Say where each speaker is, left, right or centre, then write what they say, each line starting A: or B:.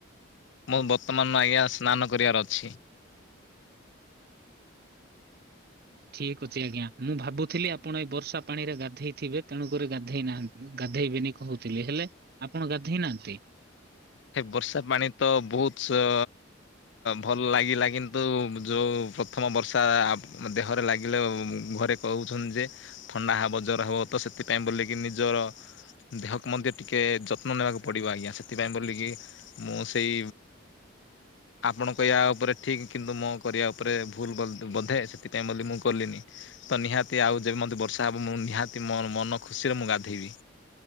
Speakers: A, on the left; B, on the right.
A: ମୁଁ ବର୍ତ୍ତମାନ ଆଜ୍ଞା ସ୍ନାନ କରିବାର ଅଛି
B: ଠିକ୍ ଅଛି ଆଜ୍ଞା ମୁଁ ଭାବୁଥିଲି ଆପଣ ଏଇ ବର୍ଷା ପାଣି ରେ ଗାଧେଇଥିବେ ତେଣୁକରି ଗାଧେଇ ନାହାନ୍ତି। ଗାଧେଇବେନି କହୁଥିଲେ ହେଲେ ଆପଣ ଗାଧେଇ ନାହାନ୍ତି।
A: ସେ ବର୍ଷା ପାଣି ତ ବହୁତ ଭଲ ଲାଗିଲା କିନ୍ତୁ ଯୋଉ ପ୍ରଥମ ବର୍ଷା ଦେହରେ ଲାଗିଲେ ଘରେ କହୁଛନ୍ତି ଯେ ଥଣ୍ଡା ହ ବଜର ହବ ତ ସେଥିପାଇଁ ବୋଲିକି ନିଜର ଦେହକୁ ମଧ୍ୟ ଟିକେ ଯତ୍ନ ନେବାକୁ ପଡିବ ଆଜ୍ଞା ସେଥିପାଇଁ ବୋଲି ମୁଁ ସେଇ ଆପଣ କହିବା ଉପରେ ଠିକ କିନ୍ତୁ ମୋ କରିବା ଉପରେ ଭୁଲ ବଧେ ସେଥିପାଇଁ ବୋଲି ମୁଁ କଲିନି ତ ନିହାତି ଆଉ ଯେମିତି ବର୍ଷା ହେବ ମୁଁ ନିହାତି ମନ ଖୁସିରେ ମୁଁ ଗାଧୋଇବି।